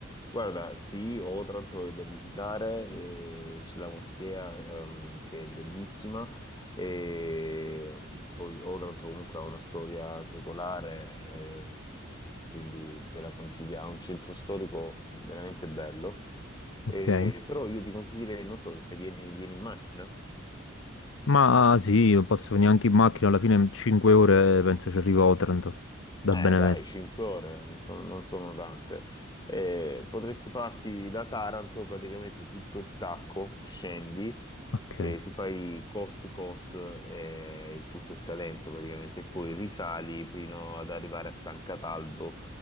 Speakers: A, on the left; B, on the left.
A: Guarda, sì, ho tanto da visitare, eh, c'è la moschea, ehm, che è bellissima, e poi Otranto comunque ha una storia secolare, eh, quindi te la consiglio, ha un centro storico veramente bello, Eh,
B: Ok.
A: però io ti consiglierei, non so, se vieni, vieni in macchina,
B: Ma sì, non posso venire anche in macchina, alla fine in 5 ore penso ci arrivo a Otranto, da
A: eh
B: Benevento.
A: dai, 5 ore, non sono, non sono tante, Eh, potresti farti da Taranto praticamente tutto il tacco, scendi,
B: Ok.
A: e ti fai coast to coast eh, tutto il Salento praticamente, e poi risali fino ad arrivare a San Cataldo